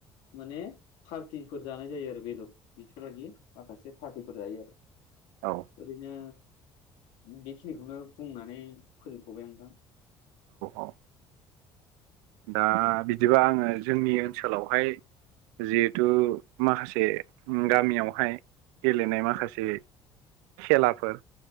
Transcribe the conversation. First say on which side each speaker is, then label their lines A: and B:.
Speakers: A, on the left; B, on the right.
A: माने पार्टिफोर जानाय जायो आरो बेदर बिफोरबायदि माखासे पार्टिफोर जायो आरो
B: औ
A: ओरैनो बेखिनिखौनो बुंनानै फोजोंबथ'बाय आं नोंथां
B: औ दा बिदिबा आङो जोंनि ओनसोलावहाय जिहेथु माखासे गामियावहाय गेलेनाय माखासे
A: औ
B: खेलाफोर